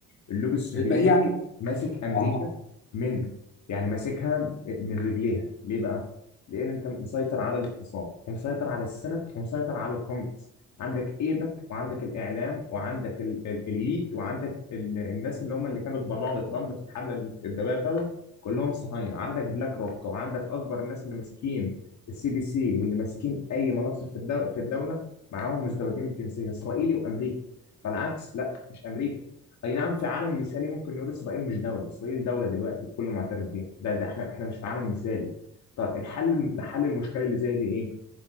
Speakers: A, on the left; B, on the left.
A: اللوبي الصهيوني
B: يبقى يعني
A: ماسك امريكا
B: اه
A: من يعني ماسكها من رجليها ليه بقى؟ لان انت مسيطر على الاقتصاد ومسيطر على السنت ومسيطر على الكونجرس عندك ايبك وعندك الاعلام وعندك ال- ال- الييت وعندك ال- الناس اللي هم اللي كانوا اتبرعوا لترامب في الحمله الانتخابيه بتاعته كلهم صهاينه عندك بلاك روك وعندك اكبر الناس اللي ماسكين السي دي سي واللي ماسكين اي مناصب في الدو- في الدوله معاهم مزدوجين الجنسيه اسرائيلي وامريكي فالعكس لا مش امريكا اي نعم في عالم مثالي ممكن نقول اسرائيل مش دوله اسرائيل دوله دلوقتي الكل معترف بيها ده, ده احنا احنا مش في عالم مثالي طب الحل لحل المشكله اللي زي دي ايه